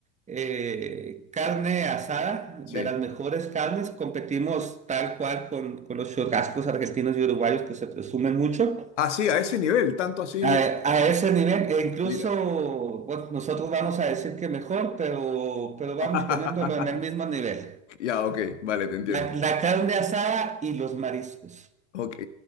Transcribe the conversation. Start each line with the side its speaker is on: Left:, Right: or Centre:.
Right: eh, carne asada,
Left: sí.
Right: de las mejores carnes, competimos tal cual con, con los churrascos argentinos y uruguayos que se presumen mucho.
Left: Ah, sí, a ese nivel, tanto así.
Right: A, a ese nivel, e incluso
Left: Mira.
Right: bueno, nosotros vamos a decir que mejor, pero, pero vamos
Left: <laughs>
Right: poniéndolo en el mismo nivel.
Left: Ya, ok, vale, te entiendo.
Right: La, la carne asada y los mariscos.
Left: Ok,